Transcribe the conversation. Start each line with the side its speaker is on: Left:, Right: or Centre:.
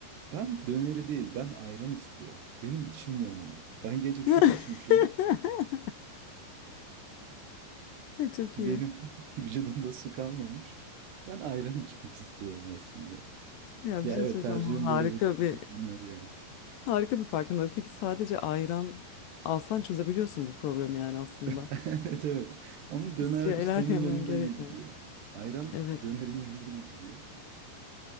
Right: Ben döneri değil, ben ayran istiyorum. Benim içim yanıyor. Ben gece
Left: <laughs>
Right: çok içmişim.
Left: Ay, Çok
Right: Benim
Left: iyi.
Right: <laughs> vücudumda su kalmamış. Ben ayran içmek istiyorum aslında.
Left: Ya
Right: Ya
Left: bir şey
Right: evet
Left: söyleyeceğim.
Right: tercihim
Left: Harika
Right: böyle bu
Left: bir
Right: bu döner ya.
Left: harika bir farkındalık. Peki sadece ayran alsan çözebiliyorsun bu problemi yani aslında.
Right: <laughs> Evet evet. Ama döner
Left: Bir şeyler
Right: işte onun
Left: <laughs> yemen
Right: yanında
Left: gerekmiyor.
Right: iyi gidiyor. Ayran
Left: Evet.
Right: dönerin yanında iyi gidiyor.